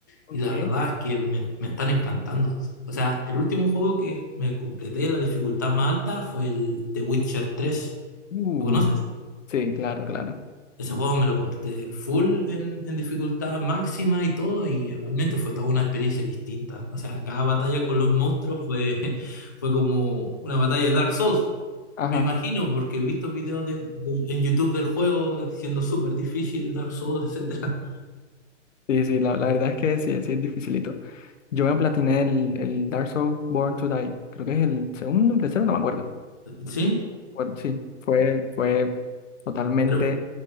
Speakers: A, on the left; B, on the left.
A: Ok.
B: y la verdad es que me, me están encantando. O sea, el último juego que me completé en la dificultad más alta fue el The Witcher tres
A: Uh,
B: ¿Lo conoces?
A: sí, claro, claro.
B: Ese juego me lo completé full en, en dificultad máxima y todo, y realmente fue toda una experiencia distinta. O sea, cada batalla con los monstruos fue, <laughs> fue como una batalla de Dark Souls.
A: Ajá.
B: Me imagino, porque he visto videos de- de- en YouTube del juego siendo súper difícil, Dark Souls, etcétera.
A: Sí, sí, la, la verdad es que sí, sí es dificilito. Yo me platiné el, el Dark Souls Born to Die. Creo que es el segundo, el tercero, no me acuerdo.
B: <laughs> ¿Sí?
A: Bueno, sí, fue, fue totalmente
B: Pero,